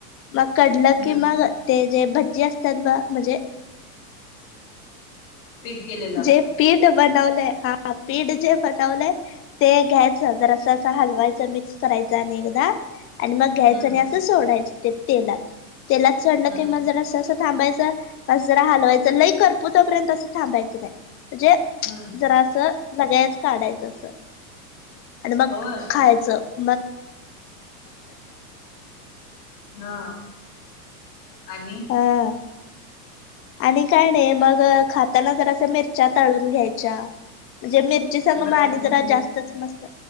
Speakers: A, on the left; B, on the left.
A: मग कडलं
B: हम्म.
A: कि मग ते जे भज्जी असतात ब म्हणजे
B: पीट केलेल
A: जे पीठ बनवलं हा पीठ जे बनवलं ते घ्यायच जर असं असं हलवायचं मिक्स करायचं आणि एकदा आणि मग घ्यायचं
B: हम्म
A: आणि असं सोडायचं ते तेलात तेलात सोडलं
B: हम्म
A: की मग जर अस थांबायचं मस जरा हलवायचं लय करपुतापर्यंत असं थांबायचं नाही म्हणजे
B: हम्म.
A: लगाच काढायचं अस आणि मग
B: होय.
A: खायचं <inaudible>
B: हा आणि
A: हा आणि काय नाही मग खाताना जरं मिरच्या ताळून घ्यायच्या म्हणजे मिर संगम
B: बटाटे
A: आणि जरा
B: भजी.
A: जास्त मस्त